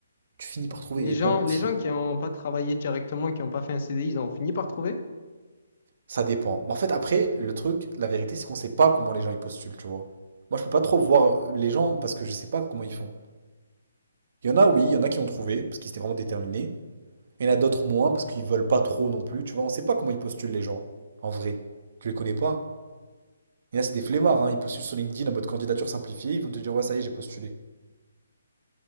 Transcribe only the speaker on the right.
tu finis par trouver.
Et
puis, en fait,
ça dépend. Mais en fait, après, le truc, la vérité, c'est qu'on sait pas comment les gens ils postulent, tu vois. Moi, je peux pas trop voir euh, les gens, parce que je sais pas comment ils font. Il y en a, oui, il y en a qui ont trouvé, parce qu'ils étaient vraiment déterminés. Il y en a d'autres moins, parce qu'ils veulent pas trop non plus, tu vois. On sait pas comment ils postulent, les gens, en vrai. Tu les connais pas. Il y a, c'est des flemmards, hein, ils postulent sur LinkedIn en mode candidature simplifiée, ils vont te dire ouais, ça y est, j'ai postulé.